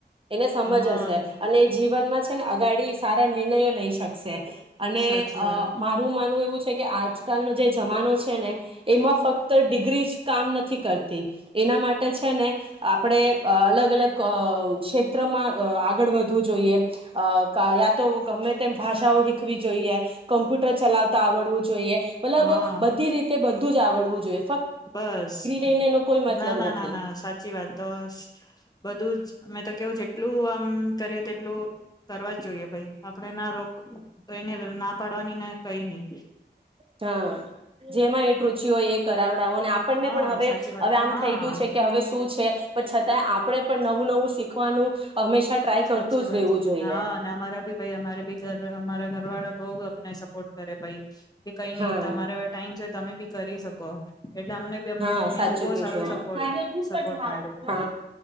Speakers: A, on the right; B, on the left.
A: એને સમજ
B: હા
A: હશે અને એ જીવનમાં છે ને અગાડી સારા નિર્ણયો લઈ શકશે. અને
B: સાચી
A: અ
B: વાત
A: મારું માનવુ એવું કે આજકાલનો જે જમાનો છે ને એમાં ફક્ત ડિગ્રી જ કામ નથી કરતી એના માટે છે ને આપણે અ અલગ અલગ અ ક્ષેત્રમાં આગળ વધવું જોઈએ યા તો ગમે તેમ ભાષાઓ શીખવી જોઈએ કમ્પ્યુટર ચલાવતા આવડવું જોઈએ મતલબ
B: હા
A: બધી રીતે બધ બધું જ આવડવું જોઈએ
B: બસ
A: લઈને એનો કોઈ મતલબ
B: ના ના
A: નથી
B: ના ના સાચી વાત તો બધું જ મે તો કેવ જેટલું આમ કરીએ તેટલું કરવા જ જોઈએ ભાઈ આપણે ના રોગ કઈને ના પાડવાની ને કઈ ની
A: હા જેમાં એટ રુચિ હોય એ કરાવડ આપણને
B: હા
A: પણ હવે
B: સાચી વાત
A: હવે આમ
B: હા
A: થઈ ગયું છે કે હવે શું છે પણ છતાંય આપણે પણ નવું નવું શીખવાનું હંમેશા ટ્રાય
B: સાચી
A: કરતું જ
B: વાત
A: રહેવું જોઈએ
B: હા ને અમારા ભી ભાઈ અમારે ભી ઘર ઘર અમારા ઘરવાળા બઉ અમને સપોર્ટ કરે ભાઈ કે કઈ
A: હા
B: નહી તમારે હવે ટાઈમ છે તમે બી કરી શકો. એટલે અમને બી
A: હા સાચું
B: એનું બહુ
A: કેવ
B: સારું
A: છો
B: સપોર્ટ
A: હા
B: સપોર્ટ મળ્યું